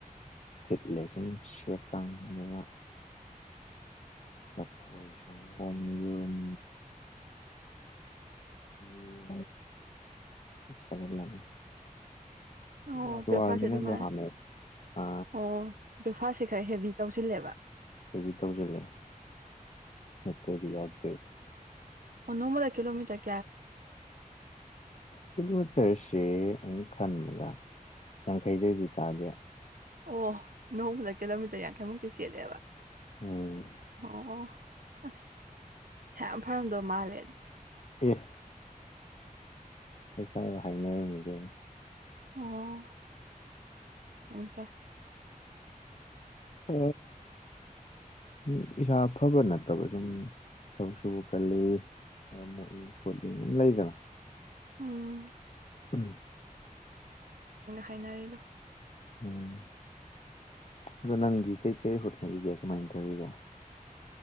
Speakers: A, on the left; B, on the right.
A: ꯊꯤꯠꯂꯦ ꯁꯨꯝ ꯁꯦꯛ ꯀꯥꯡꯅꯕ ꯂꯐꯣꯏ ꯁꯪꯒꯣꯝ ꯌꯦꯔꯨꯝ ꯌꯦ ꯁꯔꯅꯦ
B: ꯑꯣ
A: ꯋꯥꯁꯨ
B: ꯕ꯭ꯔꯦꯛꯐꯥꯁꯁꯦ
A: ꯋꯥꯔꯃꯤ ꯅꯗ
B: ꯑꯗꯨꯃꯥꯏꯅ
A: ꯑ
B: ꯑꯣ ꯕ꯭ꯔꯦꯛꯐꯥꯁꯁꯦ ꯈꯔ ꯍꯦꯚ ꯇꯧꯁꯤꯜꯂꯦꯕ
A: ꯍꯕꯤ ꯇ ꯍꯧ ꯆꯂꯦ ꯑꯠꯇꯗꯤ ꯌꯥꯗ
B: ꯑꯣꯃ ꯂꯥꯛꯂꯣꯃꯤ ꯇꯥꯏꯦ
A: ꯀꯂꯣꯃꯤꯠꯇꯔꯁꯦ ꯑꯩꯅ ꯈꯟꯕꯗ ꯌꯥꯡꯈꯩꯗꯗꯤ ꯇꯥꯗꯦ
B: ꯑꯣ ꯅꯣꯡꯃꯗ ꯀꯤꯂꯣꯃꯤꯇꯔ ꯌꯥꯡꯈꯩꯃꯨꯛꯇꯤ ꯆꯦꯜꯂꯦꯕ
A: ꯎꯝ
B: ꯑꯣ ꯑꯁ ꯍ ꯐꯔꯝꯗꯧ ꯃꯥꯜꯂꯦ ꯑꯗꯨꯗꯤ
A: ꯑꯦ ꯀꯩꯅꯣꯥꯏ ꯍꯥꯏꯅꯦꯔꯃꯤꯒꯤ
B: ꯑꯣ ꯏꯁ
A: ꯑ ꯎꯝ ꯏꯁꯥꯐꯥꯕ ꯅꯠꯇ ꯑꯗꯨꯨꯝ ꯊꯕꯛ ꯁꯨꯕ ꯀꯜꯂꯤ ꯃꯔꯝ ꯃꯣꯛꯏ ꯈꯣꯠꯂꯤ ꯑꯗꯨꯝ ꯂꯩꯗꯅ
B: ꯎꯝ
A: ꯎꯝ <unintelligible>
B: ꯐꯥꯏꯅꯔꯂꯣ
A: ꯎꯝ ꯑꯗꯣ ꯅꯪꯗꯤ ꯀꯩ ꯀꯩ ꯍꯣꯠꯅꯔꯤꯒꯦ ꯀꯃꯥꯏꯅ ꯇꯧꯔꯤꯒꯦ